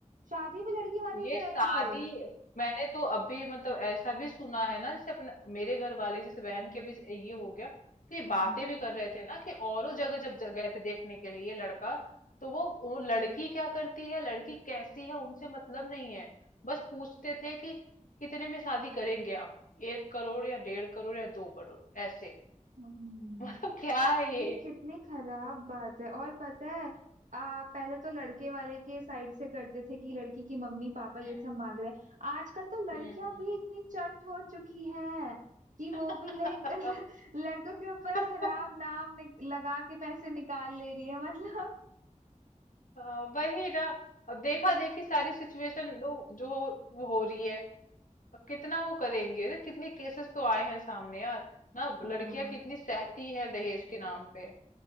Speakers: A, on the right; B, on the left.
A: शादी भी लड़की वाले ही
B: ये
A: कराएंगे
B: शादी मैंने तो अभी मतलब ऐसा भी सुना है ना जैसे अपने मेरे घर वाले जैसे बहन के भी ये हो गया तो ये
A: हम्म,
B: बातें भी कर रहे थे ना कि औरों जगह जब ज- गए थे देखने के लिए लड़का तो वो वो लड़की क्या करती है लड़की कैसी है उनसे मतलब नहीं है बस पूछते थे कि कितने में शादी करेंगे आप एक करोड़ या डेढ़ करोड़ या दो करोड़ ऐसे
A: हम्म।
B: <laughs> मतलब क्या है ये
A: ये कितनी खराब बात है और पता है आ, पहले तो लड़के वाले के साइड से करते थे कि लड़की की मम्मी पापा ये
B: हम्म
A: सब मांग रहे हैं आजकल तो लड़कियां
B: हम्म
A: भी इतनी चंट हो चुकी हैं कि वो
B: हम्म।
A: भी ले ल- लड़कों के ऊपर
B: <laughs>
A: खराब नाम नि- लगा के पैसे निकाल ले रही है मतलब
B: हाँ, वही ना अब देखा देखी सारी सिचुएशन जो जो वो हो रही है अब कितना वो करेंगे ना कितने केसेस तो आए हैं सामने यार ना
A: हाँ
B: लड़कियां कितनी सहती हैं दहेज के नाम पे